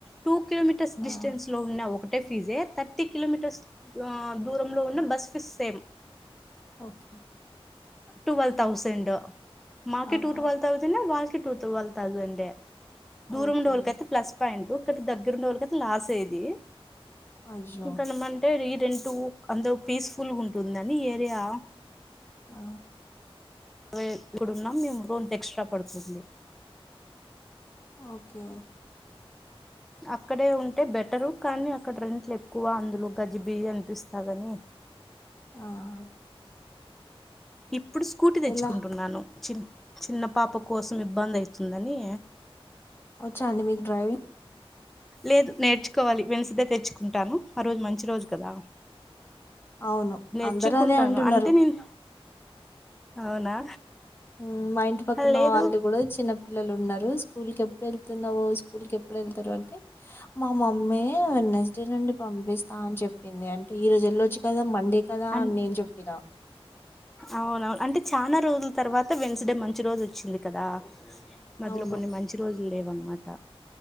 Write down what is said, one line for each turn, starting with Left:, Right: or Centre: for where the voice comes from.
Centre: two kilometres
Left: ఆ
Centre: డిస్టెన్స్ లో ఉన్న ఒకటే ఫీజే థర్టీ కిలోమీటర్స్ దూరం లో ఉన్న బస్ సిస్ సేం
Left: ఓకే
Centre: టువల్ తౌసండు మాకీ
Left: ఆహా
Centre: టూ టువల్ థౌసండే వాలికీ టూ టువల్ థౌసండే దూరం
Left: ఓకే
Centre: ఉండేవొళ్ళకైతే ప్లస్ పాయింటు కాతే దగ్గర ఉండే వాళ్ళకైతే లాసే అది
Left: అయ్యో
Centre: ఇంకనమంటే రీ రెంటూ అంతగు పీస్ఫుల్ గుంటుందని ఏరియా
Left: ఆ
Centre: <inaudible> క్కుడున్నాం మేము రోంత ఎక్స్ట్రా పడిపోతుంది
Left: ఓకే
Centre: అక్కడే ఉంటే బెటరు కానీ అక్కడ రెంట్లు ఎక్కువ అందులో గజిబిజి అన్పిస్తాదని
Left: ఆ ‌ఆ
Centre: ఇప్పుడు స్కూటీ తెచ్చుకుంటున్నాను
Left: ఎలా
Centre: చి చిన్న పాప కోసం ఇబ్బంది ఐతుందని
Left: వచ్చా అండి మీకు డ్రైవి
Centre: లేదు నేర్చుకోవాలి వెన్స్ డే తెచ్చుకుంటాను ఆ రోజు మంచి రోజు కదా
Left: అవును
Centre: నేర్చుకుంటాను
Left: అందరు అదే అంటున్నరు
Centre: అంటే నేను అవునా
Left: ఊ మా ఇంటి పక్కన
Centre: లేదు
Left: వాళ్ళు కూడా చిన్న పిల్లలు ఉన్నరు స్కూల్ కెప్పుడు ఎళ్తున్నావో స్కూల్ కి ఎప్పుడు ఎళ్తారు అంటే మా మమ్మీ వెనస్ డే నుండి పంపిస్తా అని చెప్పింది అంటే ఈ రోజు ఎల్లోచ్చు కదా మండే కదా
Centre: అన్
Left: అని నేను చెప్పినా
Centre: అవునవును అంటే చానా రోజుల తర్వాత వెన్స్డే మంచి రోజు వచ్చింది కదా మధ్యలో
Left: అవును
Centre: కొన్ని మంచి రోజులు లేవు అన్నమాట